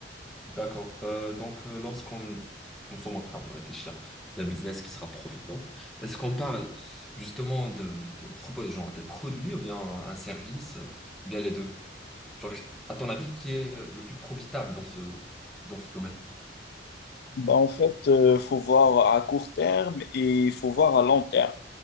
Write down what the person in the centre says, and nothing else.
D'accord. Euh, donc, euh, lorsqu'on nous sommes en train de réfléchir d'un business qui sera profitant, est-ce qu'on parle justement de, de on propose genre des produits ou bien un service, euh, bien les deux? Genre, à ton avis, qui est le plus profitable dans ce dans ce domaine?